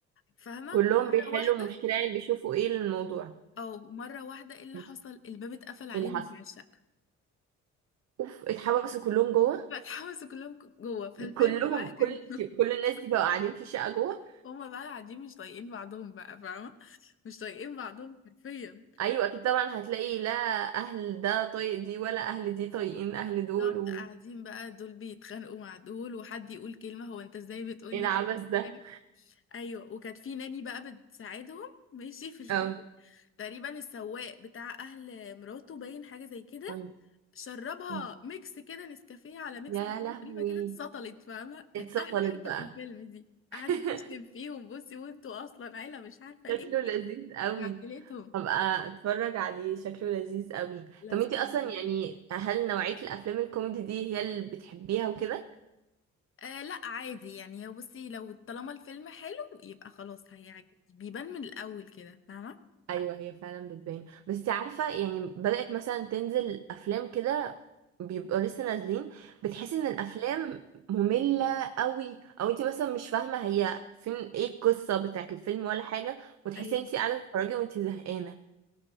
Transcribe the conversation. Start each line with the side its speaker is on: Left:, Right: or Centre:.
Left: فاهمه
Right: كلهم
Left: مره
Right: بيحلوا
Left: واحده
Right: المشكلة يعني بيشوفوا ايه الموضوع
Left: او مره واحده ايه اللي
Right: ماشي.
Left: حصل الباب اتقفل عليهم
Right: ايه اللي حصل؟
Left: من الشقه
Right: اوف اتحبسوا كلهم جوه؟
Left: <laughs> فاتحبسوا كلهم ك- جوه فالفيلم
Right: كلهم
Left: بقى
Right: كل
Left: كان <laughs>
Right: كل الناس دي بقوا قاعدين في الشقة جوه؟
Left: هما بقى قاعدين مش طايقين بعضهم بقى فاهمه مش طايقين بعضهم حرفيا
Right: ايوه اكيد طبعا هتلاقي لا اهل ده طايق دي ولا اهل دي طايقين اهل دول
Left: بالظبط
Right: و
Left: قاعدين بقى دول بيتخانقوا مع دول وحد يقول كلمه هو انت ازاي بتقولي
Right: ايه العبث ده
Left: كده ايوه وكانت في ناني بقى بتساعدهم ماشي في
Right: اه
Left: ال... <laughs> تقريبا السواق بتاع اهل مراته باين حاجه زي كده
Right: اه
Left: شربها
Right: مم.
Left: ميكس كده نسكافيه على ميكس
Right: يا
Left: حاجات
Right: لهوي
Left: غريبه كده اتسطلت فاهمه كانت
Right: اتسطلت
Left: احلى حته
Right: بقى
Left: في الفيلم دي
Right: <laughs>
Left: قعدت تشتم فيهم بصي وانتوا اصلا عيله مش عارفه ايه
Right: شكله لذيذ
Left: ايه
Right: قوي
Left: عائلتهم
Right: هبقى اتفرج عليه شكله لذيذ قوي
Left: لازم
Right: طب انتي
Left: تفهميهم.
Right: اصلا يعني هل نوعية الافلام الكوميدي دي هي اللي بتحبيها وكده
Left: آه لا عادي يعني هو بصي لو طالما الفيلم حلو يبقى خلاص هيعجبك بيبان من الاول كده فاهمه
Right: ايوه هي فعلا بتبان بس عارفه يعني بدأت مثلا تنزل افلام كده بيبقوا لسه نازلين بتحسي ان الافلام ممله قوي او انت مثلا مش فاهمه هي فين ايه القصه بتاعت الفيلم ولا حاجه وتحسي
Left: ايوه
Right: انت قاعده بتتفرجي وانت زهقانه